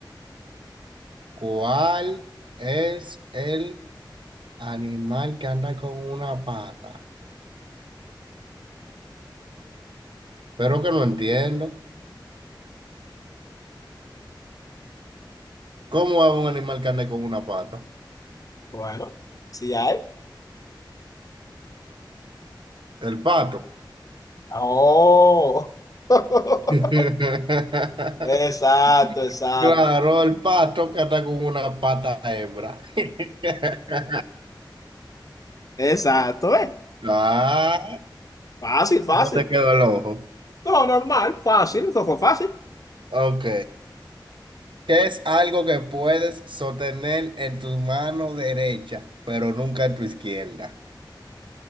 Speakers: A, on the right (about 80°); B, on the left (about 45°).
A: ¿Cuál es el animal que anda con una pata? Pero que no entiendo. ¿Cómo es un animal que anda con una pata?
B: Bueno, sí hay.
A: El pato.
B: Oh. <laughs>
A: <laughs>
B: Exacto, exacto.
A: Claro, el pato que anda con una pata hembra. <laughs>
B: Exacto, ¿eh?
A: Ah,
B: Fácil, fácil.
A: ¿cómo te quedó el ojo?
B: No, normal, fácil, eso fue fácil.
A: Ok. ¿Qué es algo que puedes sostener en tu mano derecha, pero nunca en tu izquierda?